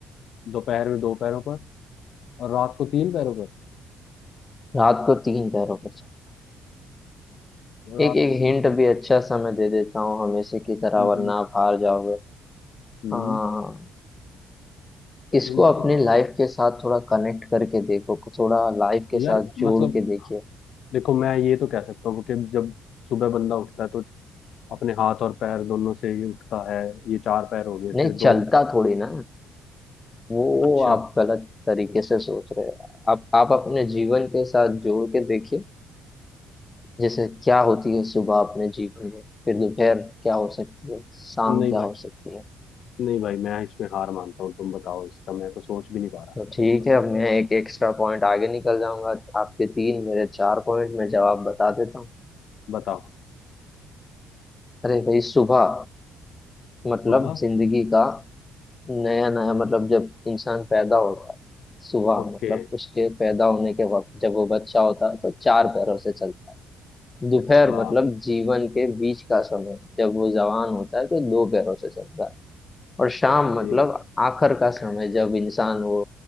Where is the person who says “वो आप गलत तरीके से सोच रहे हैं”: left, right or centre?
Left